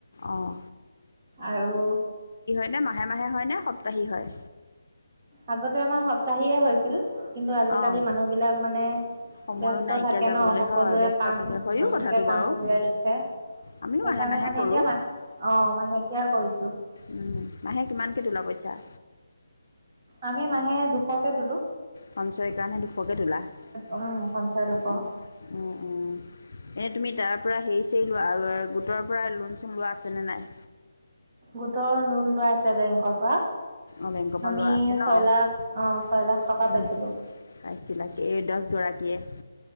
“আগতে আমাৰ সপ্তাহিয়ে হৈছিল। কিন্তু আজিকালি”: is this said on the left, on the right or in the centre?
Right